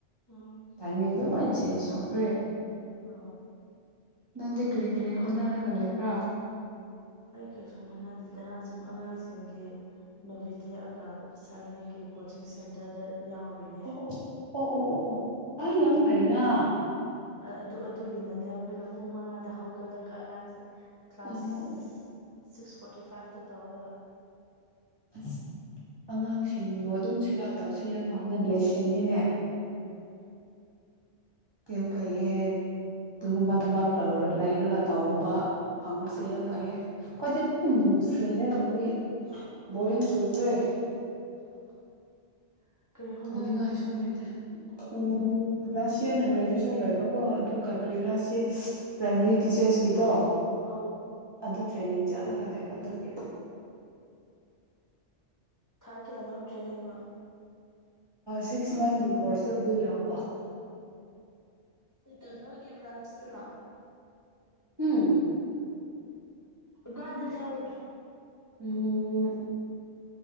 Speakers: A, on the left; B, on the right.
A: ꯎꯝ
B: ꯇꯥꯏꯃꯤꯡꯗ ꯂꯣꯏ ꯆꯦꯟꯖ ꯇꯧꯈ꯭ꯔꯦ
A: ꯑ
B: ꯅꯪꯗꯤ ꯀ꯭ꯔꯤ ꯀꯔꯤ ꯍꯣꯠꯅꯔꯒ ꯂꯩꯕ꯭ꯔꯥ
A: ꯑꯩ ꯀꯩꯁꯨꯨꯝ ꯍꯣꯠꯅꯗꯗ ꯁꯨꯝ ꯑꯉꯥꯡꯁꯤꯡꯒꯤ ꯅꯣꯚꯤ ꯂꯛꯑꯒ ꯁꯥꯏꯅꯤꯒꯤ ꯀꯣꯆꯤꯡ ꯁꯦꯟꯇꯔꯗ ꯌꯥꯎꯔꯤꯌꯦ
B: ꯑꯣ ꯑꯣ ꯑꯣ ꯑꯣ ꯑꯣ ꯑꯣ ꯑ ꯌꯥꯝ
A: ꯑꯗꯨ
B: ꯐꯩꯅ
A: ꯑꯗꯨ ꯑꯗꯨꯒꯤꯅꯅꯦ ꯑꯩꯈꯣꯏꯅ ꯄꯨꯡ ꯃꯉꯥꯗ ꯍꯧꯒꯠꯂꯒ ꯑꯉꯥꯡꯁꯦ ꯀ꯭ꯂꯥꯁ
B: ꯑꯣ
A: ꯁꯤꯛꯁ ꯐꯣꯔꯇꯤ ꯐꯥꯏꯚꯇ ꯇꯧꯔꯒ
B: ꯑꯁ ꯑꯉꯥꯡꯁꯤꯡꯕꯨꯣ ꯑꯗꯨꯝ ꯁꯦꯕꯥ ꯇꯧꯁꯦ ꯌꯥꯝ ꯐꯕꯅꯦ ꯕ꯭ꯂꯦꯁꯤꯡꯅꯤꯅꯦ
A: ꯎꯝ
B: ꯀꯦꯝ ꯀꯩꯦ ꯑꯗꯨꯒꯨꯝꯕ ꯊꯕꯛ ꯂꯩꯔꯒ ꯇꯧꯕ ꯐꯪꯕꯁꯦ ꯌꯥꯝ ꯐꯩꯌꯦ ꯑꯩꯣꯏꯗꯤ ꯑꯗꯨꯝ ꯐꯔꯤꯗ ꯂꯩꯕꯒꯤ ꯕꯣꯔꯤꯡ ꯆꯨꯈ꯭ꯔꯦ
A: <inaudible> ꯀꯩ ꯍꯣꯠꯅꯔꯤꯅꯣ
B: ꯇꯣꯅꯤꯡ ꯉꯥꯏꯁꯨ ꯂꯩꯥꯏꯇꯦ ꯎꯝ ꯂꯥꯁ ꯏꯌꯥꯔꯅ ꯒ꯭ꯔꯦꯖꯨꯑꯦꯁꯟ ꯂꯣꯏꯕꯀꯣ ꯑꯗꯨꯒ ꯀ꯭ꯔꯤꯂꯥꯥꯁꯦ ꯄ꯭ꯔꯥꯏꯃꯔꯤ ꯇꯤꯆꯔ ꯆꯦꯁꯀꯤꯗꯣ
A: ꯑ
B: ꯑꯗꯨ ꯇ꯭ꯔꯦꯅꯤꯡ ꯆꯠꯂꯒ ꯂꯩꯕ ꯑꯗꯨꯒꯤ
A: ꯊꯥꯀꯤꯦꯅꯣ ꯇ꯭ꯔꯅꯤꯡꯕ
B: ꯁꯤꯛꯁ ꯃꯟꯊꯀꯤ ꯀꯣꯔꯁꯇ ꯑꯗꯨ ꯌꯥꯎꯕ
A: ꯣ ꯀꯕ꯭ꯔ ꯆꯅ
B: ꯎꯝ
A: ꯀꯔꯗ ꯌꯥꯎꯅ
B: ꯎꯝ